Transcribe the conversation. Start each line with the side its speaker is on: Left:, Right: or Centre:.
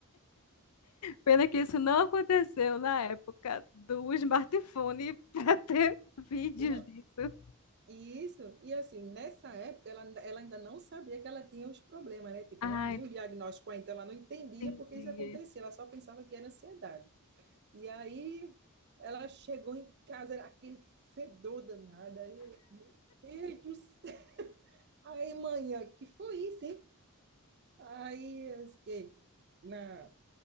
Left: Pena que isso não aconteceu na época do smartphone <laughs> para ter vídeos
Right: Não,
Left: disso.
Right: Isso, e assim, nessa época ela, ainda- ela ainda não sabia que ela tinha os problemas, né? Tipo,
Left: Ah,
Right: não havia um diagnóstico ainda, então ela não entendia
Left: entendi.
Right: por que isso acontecia, ela só pensava que era ansiedade. E aí ela chegou em casa, era aquele fedor danado, aí eu, meu Deus do céu! Aí, manhã, que foi isso, hein? Aí, eu disse que na,